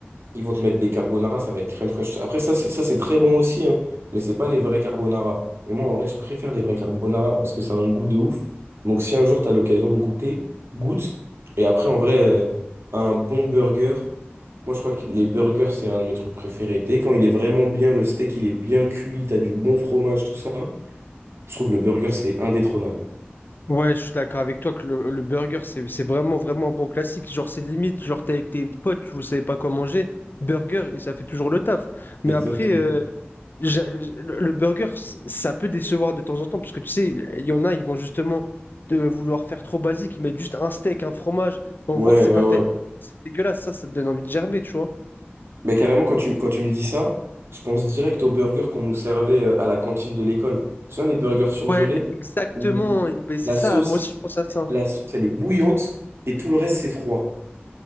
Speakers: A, on the right (about 70°); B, on the left (about 50°).
A: Ils vont te mettre des carbonara, ça va être crème fraîche. Après, ça, c'est ça, c'est très bon aussi, hein, mais c'est pas les vrais carbonara. Et moi, en vrai, je préfère les vrais carbonara parce que ça a un goût de ouf. Donc, si un jour, tu as l'occasion de goûter, goûte. Et après, en vrai, euh, un bon burger. Moi, je crois que les burgers, c'est un de mes trucs préférés. Tu sais, quand il est vraiment bien, le steak, il est bien cuit, t'as du bon fromage, tout ça. Je trouve le burger, c'est indétrônable.
B: Ouais, je suis d'accord avec toi que le, le burger, c'est, c'est vraiment, vraiment un bon classique. Genre, c'est limite, genre, t'es avec tes potes, vous savez pas quoi manger, burger, et ça fait toujours le taf. Mais
A: Exactement.
B: après, euh, j'a- le, le burger, c- ça peut décevoir de temps en temps, parce que tu sais, il y en a, ils vont justement de vouloir faire trop basique, ils mettent juste un steak, un fromage, on
A: Ouais,
B: voit que c'est
A: ouais,
B: pas fait.
A: ouais.
B: C'est dégueulasse, ça, ça te donne envie de gerber, tu vois.
A: Mais carrément, quand tu, quand tu me dis ça, je pense direct aux burgers qu'on nous servait euh, à la cantine de l'école. Tu vois, les burgers surgelés
B: Ouais, exactement,
A: où
B: et- ben, c'est
A: la
B: ça,
A: sauce,
B: moi aussi, je pense à ça.
A: la sauce, elle est bouillante et tout le reste, c'est froid.